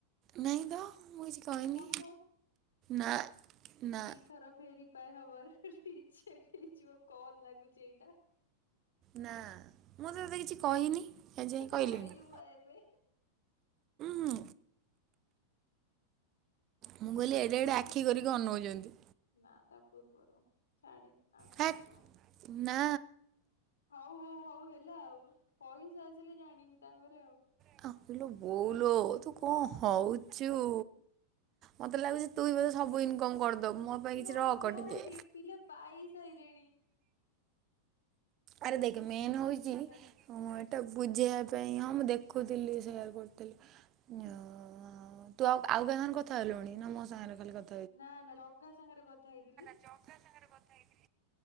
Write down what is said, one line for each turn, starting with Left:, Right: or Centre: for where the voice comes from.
Right: ନାଇଁ ତ ମୁଁ କିଛି କଇନି
Left: ତ।
Right: ନା ନା।
Left: ଥର ଫେରି <unintelligible> ରିଜେକ୍ଟ ହେଇଯିବ କଲ୍ ଲାଗୁଚି ଏଇଟା।
Right: ନା ମୁଁ ତ ତତେ କିଛି କହିନି ଏ ଯାଏଁ କଇଲିଣି।
Left: କହିଲୁ ବା ଏବେ
Right: ହୁଁ ମୁଁ
Left: ହଉ।
Right: କହିଲି ଏଡ଼େ ଏଡ଼େ ଆଖି କରିକି ଅନଉଚନ୍ତି।
Left: ନା ତା ପୂର୍ବରୁ ଛାଡେ ଆଉ କଣ
Right: ହେ
Left: କ?
Right: ନା।
Left: ହଉ ହଉ ହଉ ହେଲା ଆଉ ପଇସା ଆସିଲେ ଜାଣିବୁ ତାପରେ ଆଉ।
Right: କଁ ଇଲୋ ବୋଉଲ ତୁ କଣ ହଉଚୁ। ମତେ ଲାଗୁଚି ତୁହିଁ ବୋଧେ ସବୁ ଇନକମ କରିଦବୁ ମୋ ପାଇଁ କିଛି
Left: ନା
Right: ରଖ
Left: କୋଉଠି
Right: ଟିକେ।
Left: ପିଲା ପାଇ ସାଇଲେଣି।
Right: ଆରେ ଦେଖ
Left: ତୁ
Right: ମେନ୍
Left: ସ୍କ୍ରିନ୍
Right: ହଉଚି
Left: ସଟ୍
Right: ହଁ ଏଟା
Left: ସେୟାର
Right: ବୁଝେଇବା
Left: କରିଛୁ
Right: ପାଇଁ
Left: ଆ
Right: ହଁ ମୁଁ ଦେଖ ଦେଖୁଥିଲି ସେୟାର୍ କରୁଥିଲି ହଁ ତୁ ଆଉ ଆଉ କାହା ସାଙ୍ଗରେ କଥା ହେଲୁଣି ନା ମୋ ସାଙ୍ଗରେ ଖାଲି କଥ
Left: ନା ନା ଜଗା ସାଙ୍ଗରେ କଥା ହେଇଥିଲି।
Right: ଜଗା ସାଙ୍ଗରେ କଥା ହେଇଥିଲି।